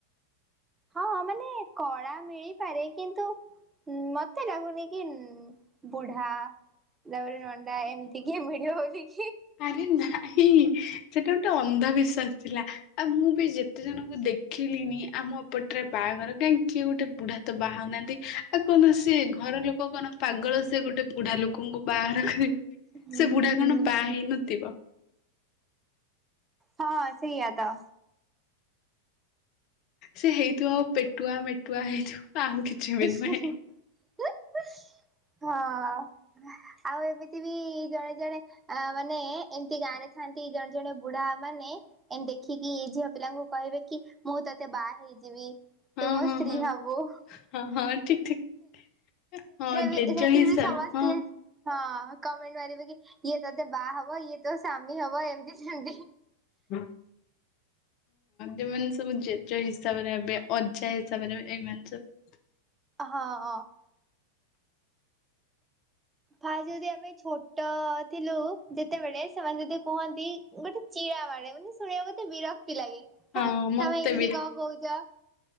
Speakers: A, on the right; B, on the left.
A: ହଁ ମାନେ କଳା ମିଳିପାରେ କିନ୍ତୁ ମତେ ଲାଗୁନି କି ବୁଢା ତାପରେ ନ ଣ୍ଡାଏମିତି କି ମିଳିବ ବୋଲିକି ।
B: ଆରେ ନାଇଁ ସେଟା ଗୋଟେ ଅନ୍ଧବିଶ୍ୱାସ। ଥିଲା ଆଉ ମୁଁ ବି ଯେତେ ଜଣଙ୍କୁ ଦେଖିଲିଣିି ଆମ ପଟରେ ବାହାଘର କାହିଁ କିିଏ ଗୋଟେ ବୁଢା ତ ବାହା ହଉ ନାହାନ୍ତି ଆଉ କୌଣସି ଘର ଲୋକ। । ଲୋକ କଣ ପାଗଳ ସେ ଗୋଟେ ବୁଢା ଲୋକଙ୍କୁ ବାହାଘର କରିବେ
A: ହୁଁ
B: ସେ ବୁଢା
A: ହୁଁ।
B: କଣ। ବା ହେଇ ନଥିବ।
A: ହଁ ସେଇଆ ତ।
B: ସେ ହେଇଥିବ ପେଟୁଆ ମେ ଟୁଆ ହେଇଥିବ। ଆଉ କିଛି ବି
A: ଉଁ
B: ନୁହେଁ।
A: ହୁଁ ହଁ <unintelligible> ଆଉ ଏମିତି ବି ଜଣେ ଜଣେ ଆ ମାନେ ଏମିତି ଗାଁ ରେ ଥାନ୍ତି ଜଣେ ଜଣେ ବୁଢା ମାନେ ଦେଖିକି ଏ ଝିଅ ପିଲାଙ୍କୁ କହିବେ କି ମୁଁ ତତେ ବାହା ହେଇଯିବି।
B: ହଁ
A: ତୁ ମୋ
B: ହଁ
A: ସ୍ତ୍ରୀ
B: ହଁ
A: ହବୁ ।
B: ହଁ ହଁ ଠିକ ଠିକ ହଁ
A: ବି
B: ଜେଜ
A: ସେଥିରେ
B: ହିସାବ
A: ବି ସମସ୍ତେ
B: ହଁ ।
A: ହଁ କମେଣ୍ଟ ମାରିବେ କି ଇଏ ତୋତେ ବାହା ହବ ଇଏ ତୋ ସାମୀ ହବ ଏମିତି ସେମତି।
B: ହୁଁ। ଯୋଉମାନେ ସବୁ ଜେଜ ହିସାବ। ହିସାବରେ ହେବେ ଅଜା ହିସାବରେ ହେବେ ଏଇମାନେ ସବୁ।
A: ହଁ । ଫା ଯଦି ଆମେ ଛୋଟ ଥିଲୁ ଯେତେବେଳେ ସେମାନେ ଯଦି କୁହନ୍ତି ଗୋଟେ ଚିଡ଼ା ମାରେ ମାନେ ଶୁଣିବା ଗୋତେ ବିରକ୍ତ ଲାଗେ
B: ହଁ
A: ହେ
B: ମତେ
A: ତମେ ଏମିତି
B: ବି
A: କଣ କହୁଚ। <inaudible>